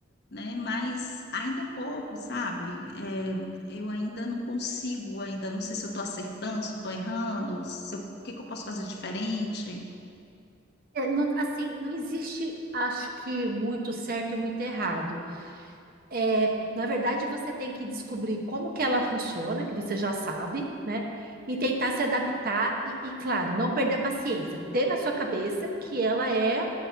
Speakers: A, on the left; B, on the right.
A: né? Mas ainda é pouco, sabe? É, eu ainda não consigo, ainda não sei se eu estou acertando, se eu estou errando, se eu- o que que eu posso fazer diferente.
B: É, não- assim, não existe, acho que, muito certo e muito errado. É, na verdade, você tem que descobrir como que ela funciona, que você já sabe, né? E tentar se adaptar e, e, claro, não perder a paciência. Ter na sua cabeça que ela é,